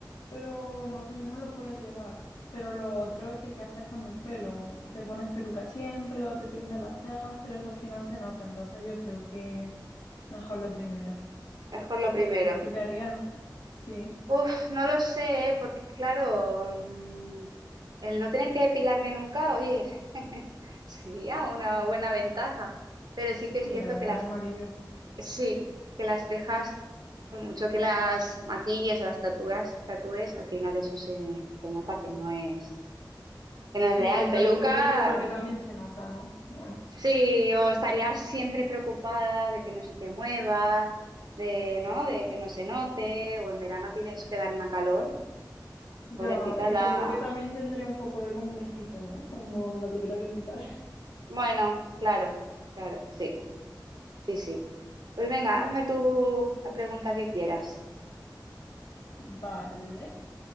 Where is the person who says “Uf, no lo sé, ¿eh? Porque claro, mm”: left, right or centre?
Right